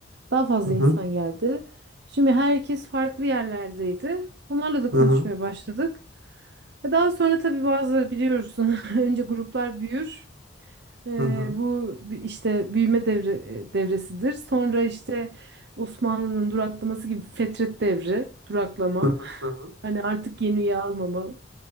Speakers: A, on the right; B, on the right.
A: Daha fazla
B: Hı hı.
A: insan geldi. Şimdi herkes farklı yerlerdeydi. Onlarla da konuşmaya
B: Hı hı.
A: başladık. E, Daha sonra tabii bazı biliyorsun <laughs> önce gruplar büyür. E,
B: Hı hı.
A: bu bi- işte büyüme devre, e, devresidir. Sonra işte Osmanlı'nın duraklaması gibi fetret devri, duraklama.
B: Hı hı.
A: <laughs>
B: Hı hı.
A: Hani artık yeni üye almama.